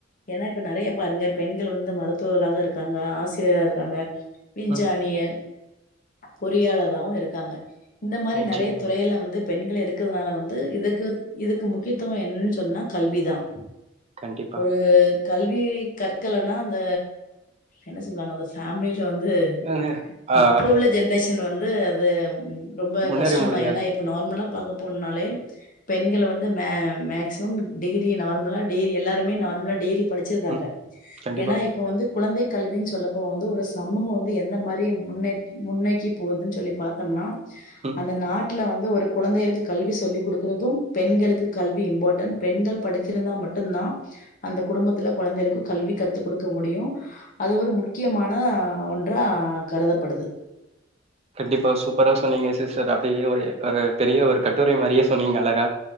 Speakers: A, on the left; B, on the right.
A: ஏன்னா இப்ப நிறைய பாருங்க பெண்கள் வந்து மருத்துவராக இருக்காங்க ஆசிரியரா இருக்காங்க விஞ்சானியர்
B: ம்
A: பொறியாளராவும் இருக்காங்க இந்த மாரி
B: நிச்சயம்
A: நிறைய துறையில வந்து பெண்க இருக்கிறதுனால வந்து இதுக்கு இதுக்கு முக்கியத்துவ என்னன்னு சொன் னா கல்விதான்
B: கண்டிப்பா
A: ஒரு கல்வி கற்கலனா அந்த என்ன சொல்லுவாங்க அந்த ஃபேமலில வந்து வந்து
B: அ ஆ
A: இப்ப உள்ள ஜெண்ரேஷ இட்டுன்னு வந்து அது ரொம்ப
B: முன்னேற
A: கஷ்ட
B: முடியாது
A: தா ஏன்னா இப்போ நார்மலா பாக்க போண்னாலே பெண்கல வந்து மே மேக்சிமம் டிகிரி நார்மலா டகிரி எல்லாருமே நார்மலா டிகிரி படிச்சிர்றாங்க
B: ம் கண்டிப்பா
A: ஏனா இப்ப வந்து குழந்தை கல்வி சொல்லப்போ வந்து ஒரு சமூக வந்து எந்த மாரி முன்னே முன்னே இப்போகுதுன்னு சொல்லி பாத்தோம்னா
B: ம்
A: அந்த நாட் வீட்டுல வந்து ஒரு குழந்தைகளுக்கு கல்வி சொல்லி் கொடுக்குறதும் பெண்களுக்கு கல்வி இம்பார்டன் பெண்கள் படி திருந்தா மட்டுதா அந்த குடும்பத்துல குழந்தைகளுக்கு கல்வி கத்து கொடுக்க முடியு அது ஒரு முக்கியமான ஒன்றா கருதப்படுது
B: கண்டிப்பா சூப்பரா சொன்னீங்க சிஸ்டர் அப்டியே ஒரு ஒரு பெரிய ஒரு கட்டுர மாரியே சொன்னீங்க அழக